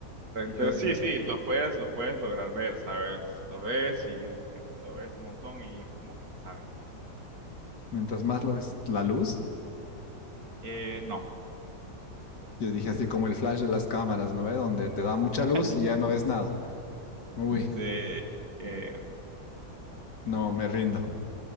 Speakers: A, on the left; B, on the right.
A: yo
B: Pero sí,
A: di-
B: sí, lo puedes, lo puedes lograr ver, ¿sabes? Lo ves y es- eh, lo ves un montón y es como que sabes que
A: mientras más lo ves, la luz,
B: eh, no.
A: yo dije así como el flash de las cámaras, ¿no ve? Donde te da mucha
B: <laughs>
A: luz y ya no ves nada. Uy,
B: Sí, eh,
A: no, me rindo.